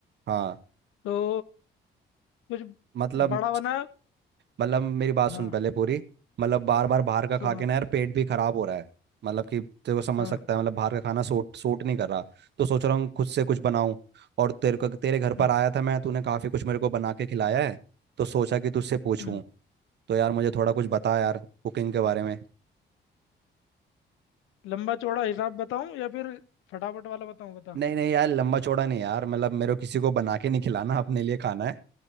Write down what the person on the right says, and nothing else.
हाँ
मतलब
मतलब मेरी बात सुन
पहले पूरी मतलब बार बार बाहर का
खा के ना यार पेट भी खराब हो रहा है मतलब कि तेरे को समझ
सकता है मतलब बाहर का खाना सूट सूट नहीं कर रहा तो सोच रहा हूँ खुद से कुछ बनाऊँ और तेरे को तेरे घर पर
आया था मैं तूने काफ़ी कुछ मेरे को बना के खिलाया है तो सोचा कि तुझसे पूछूं
तो यार मुझे थोड़ा कुछ बता यार कुकिंग के बारे में
नहीं नहीं यार लंबा चौड़ा नहीं यार मतलब मेरे को किसी को बना के नहीं खिलाना अपने लिए खाना है